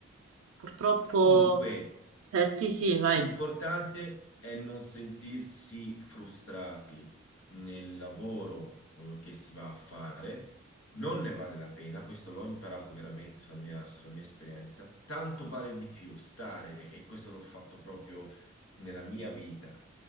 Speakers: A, on the right (about 85°); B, on the left (about 80°).
A: Purtroppo,
B: Comunque,
A: eh sì, sì, vai.
B: L'importante è non sentirsi frustrati nel lavoro o che si va a fare, non ne vale la pena, questo l'ho imparato veramente sulla mia, sulla mia esperienza, tanto vale di più stare, e questo l'ho fatto proprio nella mia vita,